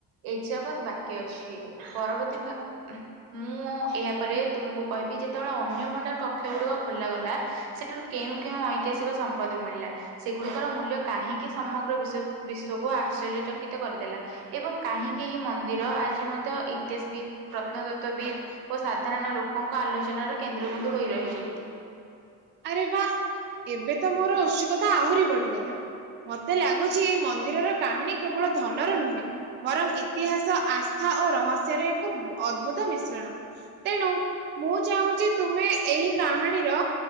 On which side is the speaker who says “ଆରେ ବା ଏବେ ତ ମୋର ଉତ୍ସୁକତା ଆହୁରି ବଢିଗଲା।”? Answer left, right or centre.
Right